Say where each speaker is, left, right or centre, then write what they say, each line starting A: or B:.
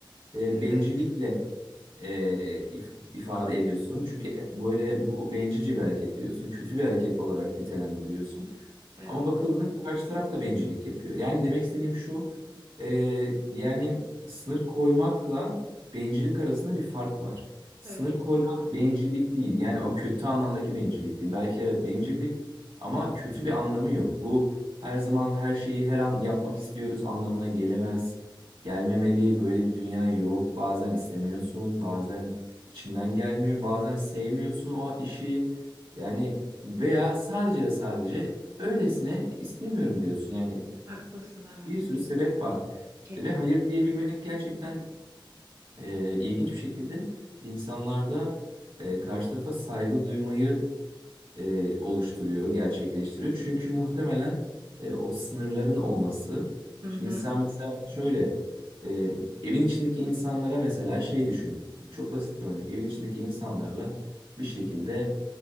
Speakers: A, on the right; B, on the right.
A: e,
B: evet
A: bencillikle e, if- ifade ediyorsun. Çünkü e, böyle bu bencilce bir hareket diyorsun. Kötü bir hareket olarak nitelendiriyorsun.
B: evet
A: Ama bakıldığında karşı taraf da bencillik yapıyor. Yani demek istediğim şu, e, yani sınır koymakla bencillik arasında bir fark var. Sınır
B: Evet
A: koymak
B: ya
A: bencillik değil. Yani o kötü anlamdaki bencillik değil. Belki evet bencillik ama kötü bir anlamı yok. Bu her zaman her şeyi her an yapmak istiyoruz anlamına gelemez. Gelmemeli. Böyle bir dünya yok. Bazen istemiyorsun, bazen içinden gelmiyor, bazen sevmiyorsun o işi. Yani veya sadece ve sadece Öylesine istemiyorum diyorsun. Yani
B: haklısın evet
A: bir sürü sebep var.
B: kesin.
A: Ve hayır diyebilmek gerçekten e, ilginç bir şekilde insanlarda e, karşı tarafa saygı duymayı e, oluşturuyor, gerçekleştiriyor. Çünkü muhtemelen e, o sınırların olması.
B: Hı
A: Şimdi
B: hı.
A: sen mesela şöyle e, evin içindeki insanlara mesela şey düşün. Çok basit bir örnek. Evin içindeki insanlarla bir şekilde